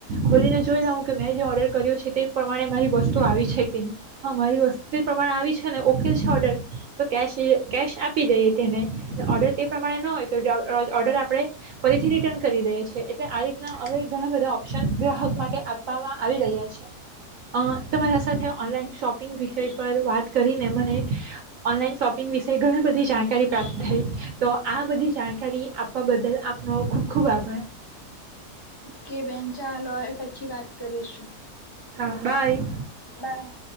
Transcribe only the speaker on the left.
કે બેન ચાલય પછી વાત કરીશું.
બાય.